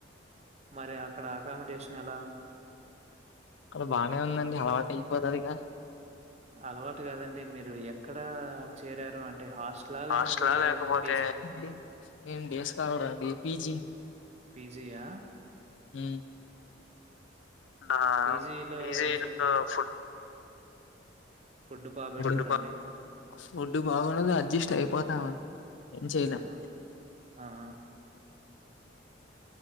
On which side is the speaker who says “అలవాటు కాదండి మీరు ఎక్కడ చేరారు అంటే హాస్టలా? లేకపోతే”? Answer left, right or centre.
Right